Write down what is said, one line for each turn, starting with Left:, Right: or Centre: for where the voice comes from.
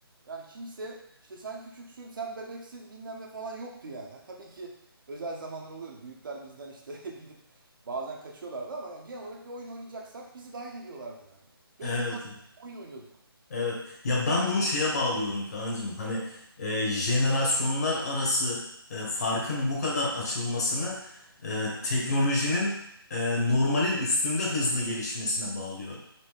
Right: Yani kimse işte sen küçüksün, sen bebeksin bilmem ne falan yoktu yani. Ha, tabii ki özel zamanlar oluyordu. Büyükler bizden işte <laughs> gidip bazen kaçıyorlardı ama yani genel olarak bir oyun oynayacaksak bizi dahil ediyorlardı yani. Ve
Left: Evet,
Right: sokak oyun oynuyorduk.
Left: evet. Ya ben bunu şeye bağlıyorum Kaan'cığım. Hani e, jenerasyonlar arası e, farkın bu kadar açılmasını e, teknolojinin e, normalin üstünde hızlı gelişmesine bağlıyorum.